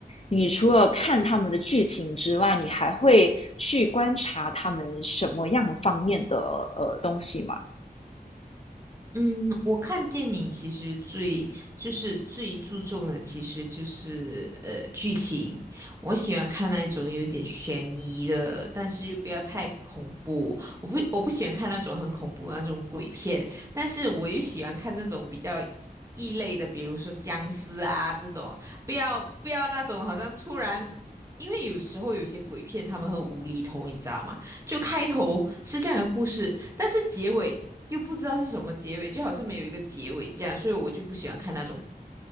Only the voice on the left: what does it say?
你除了看他们的剧情之外，你还会去观察他们什么样方面的呃东西吗？